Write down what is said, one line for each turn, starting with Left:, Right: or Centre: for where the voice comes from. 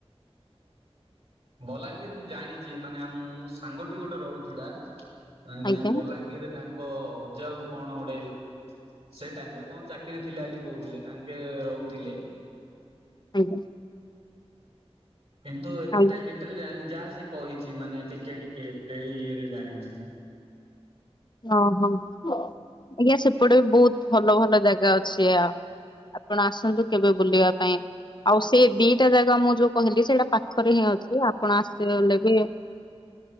Right: ବଲାଙ୍ଗୀର ମୁଁ ଜାଣିଛି ମାନେ ମୁଁ ସାଙ୍ଗଟି ଗୋଟେ ରହୁଥିଲା <unintelligible> ନାଇଁ ନାଇଁ
Left: ଆଜ୍ଞା
Right: ବଲାଙ୍ଗୀର୍ ରେ ତାଙ୍କ ଅଜା କୁ କଣ ଗୋଟେ ସେଇ ଟାଇମ୍ ରେ କଣ ଚାକିରି ଥିଲା ବୋଲି କହୁଥିଲେ ତାଙ୍କେ ରହୁଥିଲେ
Left: ଆଜ୍ଞା।
Right: କିନ୍ତୁ ଏତେ
Left: ଆଜ୍ଞା
Right: ଡିଟେଲ୍ ରେ ଜାଣିନି ଯାହା ସିଏ କହିଛି ମାନେ ଟିକେ ଟିକେ ଏତେ ଇଏରେ ଜାଣିନି।
Left: ହଁ, ହଁ ଆଜ୍ଞା ସେପଟେ ବି ବହୁତ୍ ଭଲ ଭଲ ଜାଗା ଅଛି ଆଉ ଆପଣ ଆସନ୍ତୁ କେବେ ବୁଲିବା ପାଇଁ ଆଉ ସେଇ ଦିଟା ଜାଗା ମୁଁ ଯୋଉ କହିଲି ସେଇଟା ପାଖରେ ହିଁ ଅଛି ଆପଣ ଆସିବେ ବଲେ ବି